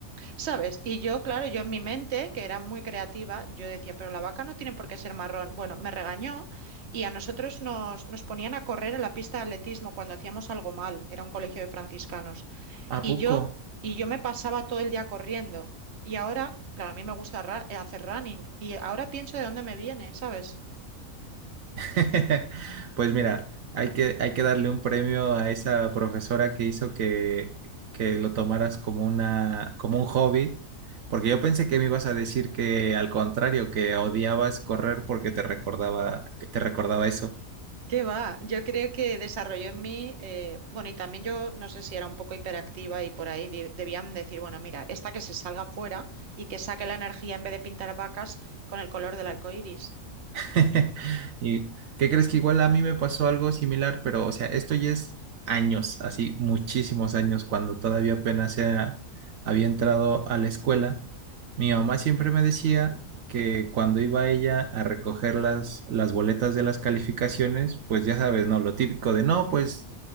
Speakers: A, on the right; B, on the right.
A: ¿Sabes? Y yo, claro, yo en mi mente, que era muy creativa, yo decía, pero la vaca no tiene por qué ser marrón. Bueno, me regañó y a nosotros nos, nos ponían a correr en la pista de atletismo cuando hacíamos algo mal. Era un colegio de franciscanos.
B: ¿A
A: Y
B: poco?
A: yo, y yo me pasaba todo el día corriendo. Y ahora, claro, a mí me gusta ra- eh, hacer running. Y ahora pienso de dónde me viene, ¿sabes?
B: <laughs> Pues mira, hay que, hay que darle un premio a esa profesora que hizo que, que lo tomaras como una, como un hobby, porque yo pensé que me ibas a decir que al contrario, que odiabas correr porque te recordaba, que te recordaba eso.
A: ¿Qué va? Yo creo que desarrolló en mí, eh, bueno, y también yo no sé si era un poco hiperactiva y por ahí di- debían decir, bueno, mira, esta que se salga fuera y que saque la energía en vez de pintar vacas con el color del arco iris.
B: <laughs> ¿Y qué crees que igual a mí me pasó algo similar? Pero, o sea, esto ya es años, así muchísimos años, cuando todavía apenas era- había entrado a la escuela. Mi mamá siempre me decía que cuando iba ella a recoger las, las boletas de las calificaciones, pues ya sabes, ¿no? Lo típico de, no, pues